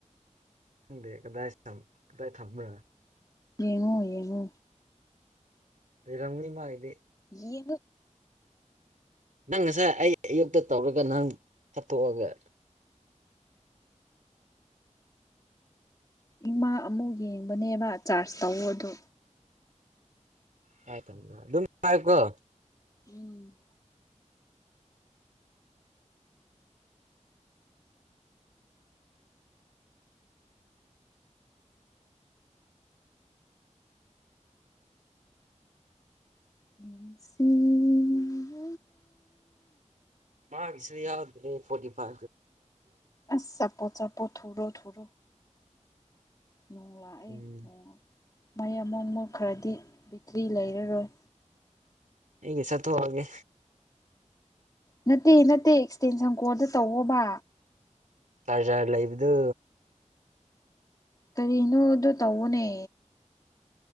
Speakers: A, on the right; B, on the left.
A: ꯗꯦ ꯀꯗꯥꯏ ꯀꯗꯥꯏ ꯊꯝꯝꯕ꯭ꯔ
B: ꯌꯦꯉꯣ ꯌꯦꯉꯣ
A: ꯔꯪꯅꯤ ꯃꯥ ꯏꯗꯤ
B: ꯌꯦ
A: ꯅꯪ ꯉꯁꯥꯏ ꯑꯩ ꯑꯌꯨꯛꯇ ꯇꯧꯔꯒ ꯅꯪ ꯍꯥꯠꯇꯣꯛꯑꯒ
B: ꯏꯃꯥ ꯑꯃꯨꯛ ꯌꯦꯡꯕꯅꯦꯕ ꯆꯥꯔꯖ ꯇꯧꯗꯣ
A: ꯍꯥꯏꯥꯏ ꯇꯝ ꯍꯥꯏ ꯑꯗꯨꯝꯥꯏꯀꯣ
B: ꯎꯝ ꯅꯨꯡꯁꯤ ꯌꯥ
A: ꯃꯥꯒꯤꯁꯤ ꯌꯥꯎꯗ꯭ꯔꯦ ꯐꯣꯗꯤ ꯑ
B: ꯑꯁ ꯆꯄꯣꯠ ꯆꯄꯣꯠ ꯊꯔꯣ ꯊꯔꯣ ꯅꯣꯡ ꯂꯥꯛꯑꯦ
A: ꯎꯝ
B: ꯅꯣꯡ ꯃꯩ ꯑꯃꯛꯃ ꯈꯔꯗꯤ ꯕꯦꯇ꯭ꯔꯤ ꯂꯩꯔꯔꯣꯏ
A: ꯍꯒꯤ ꯆꯠꯣꯑꯦ
B: ꯅꯠꯇꯦ ꯅꯠꯇꯦ ꯑꯦꯛꯁꯇꯦꯟꯁꯟ ꯀꯣꯟꯗ ꯇꯧꯋꯣꯕ
A: ꯆꯥꯔꯖꯥꯔ ꯂꯩꯕꯗꯨ
B: ꯀꯔꯤ ꯏꯅꯣ ꯑꯗꯨ ꯇꯧꯅꯦ